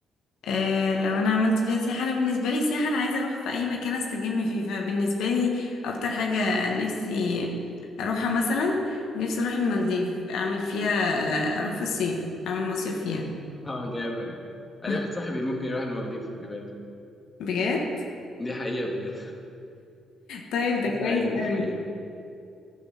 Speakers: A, on the left (about 80°); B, on the left (about 20°).
A: آه لو انا عملت فيها سياحة انا بالنسبة لي سياحة انا عايزة اروح في اي مكان استجم فيه فبالنسبة لي اكتر حاجة نفسي اروحها مثلا نفسي اروح المالديف اعمل فيها آه، اروح في الصيف اعمل مصيف فيها
B: <laughs> اه جامد
A: <laughs>
B: انا واحد صاحبي ممكن يروح المالديف خدي بالك
A: بجد
B: دي حقيقه بجد
A: طيب
B: <laughs>
A: ده كويس
B: ايوه
A: قوي
B: دي حقيقه